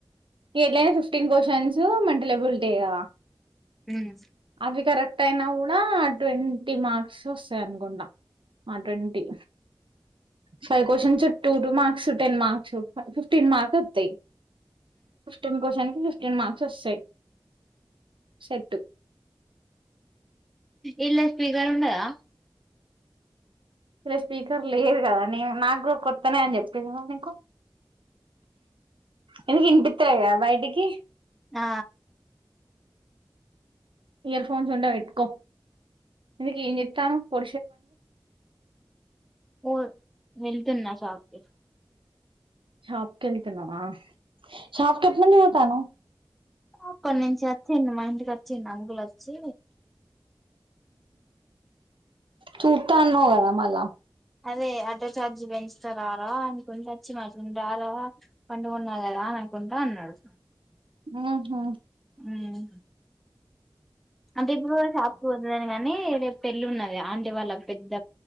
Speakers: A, on the right; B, in the centre.
A: ఎట్లైన ఫిఫ్టీన్ క్వశ్చన్స్ సు మంటిల బుల్టేగా
B: మ్మ్
A: అవి కరెక్ట్ అయినా గూడా ఆ ట్వంటీ మార్క్స్ వస్తాయి అనుకుంటా ఆ twenty five questions to two marks ten marks fifteen mark వొత్తాయ్ ఫిఫ్టీన్ క్వశన్స్కి ఫిఫ్టీన్ మార్క్స్ వస్తాయ్ సెట్టు
B: ఇల్లేస్ ఫ్రీగానే ఉన్నదా
A: ఇలే స్పీకర్ లేదు గదా నేను నాగ్గూ కొ త్తనే అని చెప్తి కదా నీకు ఎందుకు ఇన్పిత్తలేగా బయటికి
B: ఆ
A: ఇయర్ఫోన్స్ ఉంటే పెట్కొ ఎందుకు ఏం జేత్తన్నావ్ పొ
B: పో వె తన్నా షాపుకి
A: షాప్ కి వెళ్తున్నావా షాఫ్ కట్ లో ను తను
B: అక్కన్నుంచి వచ్చిండు మా ఇంటికి వచ్చిండు అంగులు వొచ్చి
A: చూట్టా అన్న కద మళ
B: అదే ఆటో చార్జి పెంచుతారా రా అనుకుంటా వచ్చి మాట్ండారా పండుగన్నా కదా అని అనుకుంటా అన్నాడు
A: ఉ హు
B: మ్ అంటే ఇప్పుడు కూడా షాప్ పోతుని కానీ, రేప్ పెళ్ళి ఉన్నది ఆంటే వాళ్ళ పెద్ద